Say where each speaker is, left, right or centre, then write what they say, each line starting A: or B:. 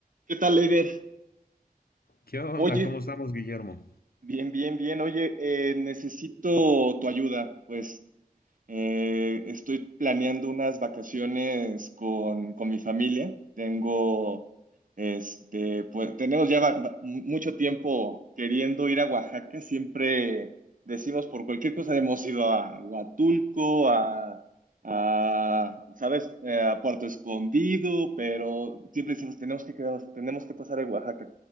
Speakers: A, on the right (about 60°); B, on the left (about 80°).
A: ¿Qué tal, Leider?
B: ¿Qué onda?
A: Oye,
B: ¿Cómo estamos, Guillermo?
A: bien, bien, bien. Oye, eh, necesito tu ayuda. Pues eh, estoy planeando unas vacaciones con, con mi familia. Tengo, este, pues tenemos ya va- va- mucho tiempo queriendo ir a Oaxaca. Siempre decimos por cualquier cosa hemos ido a Huatulco, a, a, ¿sabes? Eh, a Puerto Escondido, pero siempre decimos tenemos que quedarnos, tenemos que pasar a Oaxaca.